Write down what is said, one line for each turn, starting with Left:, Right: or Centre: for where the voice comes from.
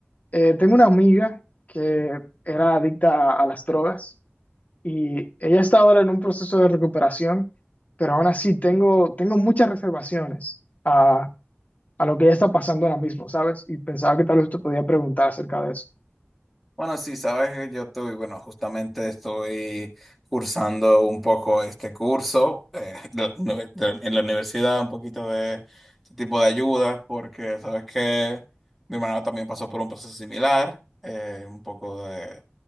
Left: eh, tengo una amiga que era adicta a, a las drogas y ella está ahora en un proceso de recuperación, pero aún así tengo, tengo muchas reservaciones a, a lo que ella está pasando ahora mismo, ¿sabes? Y pensaba que tal vez te podía preguntar acerca de eso.
Centre: Bueno, sí, sabes que yo estoy, bueno, justamente estoy cursando un poco este curso eh, <laughs> de- de- de- en la universidad, un poquito de este tipo de ayudas, porque sabes que mi hermano también pasó por un proceso similar, eh, un poco de